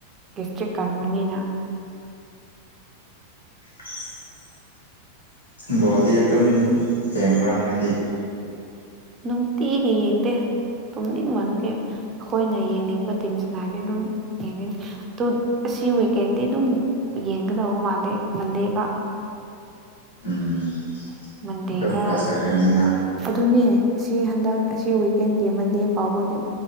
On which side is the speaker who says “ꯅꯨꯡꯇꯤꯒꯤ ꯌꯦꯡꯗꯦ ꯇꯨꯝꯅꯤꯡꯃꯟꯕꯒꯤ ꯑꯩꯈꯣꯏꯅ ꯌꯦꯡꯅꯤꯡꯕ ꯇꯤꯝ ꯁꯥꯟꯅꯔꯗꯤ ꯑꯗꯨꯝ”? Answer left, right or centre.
Right